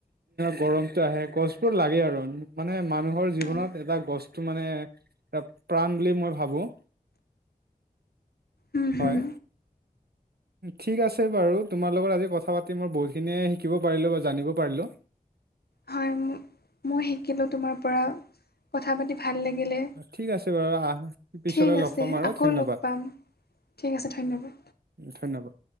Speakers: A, on the right; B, on the left.
A: গৰমতটো আহে গছ বোৰ লাগে আৰু, মানে মানুহৰ জীৱনত
B: হয়
A: এটা গছটো মানে এটা প্ৰাণ বুলি মই ভাবো।
B: উম
A: হয়।
B: হুম
A: ঠিক আছে বাৰু তোমাৰ লগত আজি কথা পাতি মই বহুতখিনিয়ে শিকিব পাৰিলো বা জানিব পাৰিলো।
B: হয়। মই শিকিলো তোমাৰ পৰা। কথা পাতি ভাল লাগিলে,
A: ঠিক আছে বাৰু আহ পিছলৈ
B: ঠিক
A: লগ
B: আছে
A: পাম আৰু
B: আকৌ
A: ধন্যবাদ
B: লগ পাম ঠিক আছে ধন্যবাদ।
A: ধন্যবাদ।